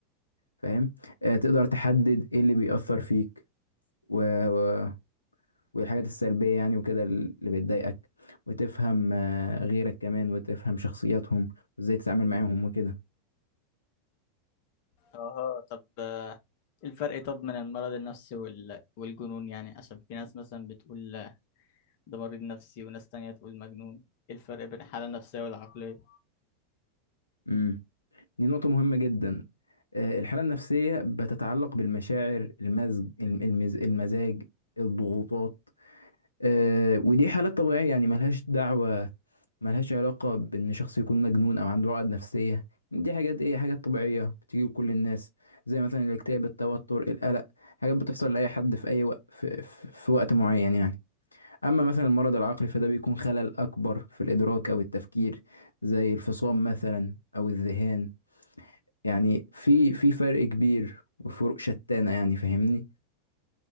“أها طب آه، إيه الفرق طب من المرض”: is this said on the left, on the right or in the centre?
Left